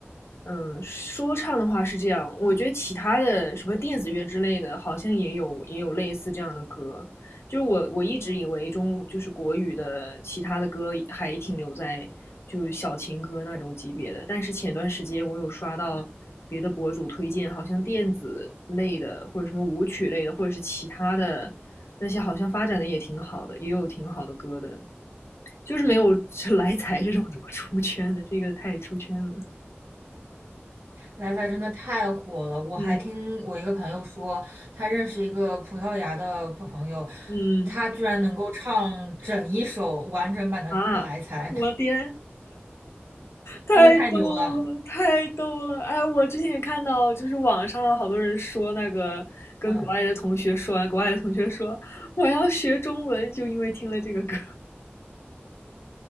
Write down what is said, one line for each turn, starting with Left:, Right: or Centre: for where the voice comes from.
Left: 嗯，说唱的话是这样，我觉得其他的什么电子乐之类的，好像也有也有类似这样的歌。就是我我一直以为中就是国语的其他的歌还停留在就小情歌那种级别的，但是前段时间我有刷到别的博主推荐，
Right: 嗯
Left: 好像电子类的或者什么舞曲类的，或者是其他的那些好像发展的也挺好的，也有挺好的歌的，就是没有 <laughs> 来财这种这么出圈的，
Right: 嗯，
Left: 这个太出圈了。
Right: 来财真的太火了，我还听我一个朋友说，
Left: 嗯
Right: 他认识一个葡萄牙的朋友，
Left: 嗯
Right: 他居然能够唱整一首完整版的《来财》，
Left: 啊，我天，太逗了，
Right: 真的太牛了。
Left: 太逗了！哎，我之前也看到，就是网上好多人说那个跟国外的同学说，
Right: 嗯
Left: 国外的同学说我要学中文，就因为听了这个歌。